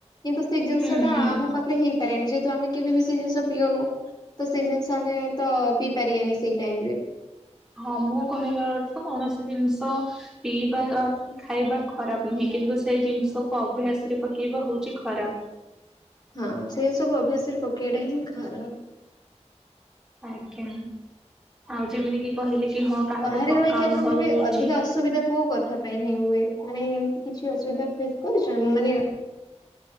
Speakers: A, on the left (about 35°); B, in the centre.
A: କିନ୍ତୁ ସେ ଜିନିଷ
B: ହୁଁ
A: ଟା
B: ହୁଁ
A: ଆମ ପାଖରେ ହେଇପାରେନି ଯେହେତୁ ଆମେ କେବେ ବି ସେଇ ଜିନିଷ ପିଅନୁ। ତ ସେଇ ଜିନିଷ ଆମେ ତ ପିଇ ପାରିବାନି ସେଇ ଟାଇମ ରେ।
B: ହଁ ମୁଁ କହିବା ଅର୍ଥ କୌଣସି ଜିନିଷ ପିଇବା ଖାଇବା ଖରାପ ନୁହେଁ। କିନ୍ତୁ ସେଇ ଜିନିଷକୁ ଅଭ୍ୟାସ ରେ ପକେଇବା ହଉଛି ଖରାପ।
A: ହଁ ସେ ସବୁ ଅଭ୍ୟାସରେ ପକେଇଟା ହିଁ ଖରାପ।
B: ଆଜ୍ଞା ଆଉ ଯେମିତି କି କହିଲେ ହଁ କାହାକୁ
A: ବାହାରେ
B: ଥକା
A: ରହିକି ଆପଣଙ୍କ
B: ଅନୁଭବ
A: ବି
B: ହଉଛି
A: ଅଧିକା ଅସୁବିଧା କୋଉ କଥା ପାଇଁ ହିଁ ହୁଏ? ମାନେ ଏମିତି କିଛି ଅସୁବିଧା ଫେସ୍ କରିଛ ମାନେ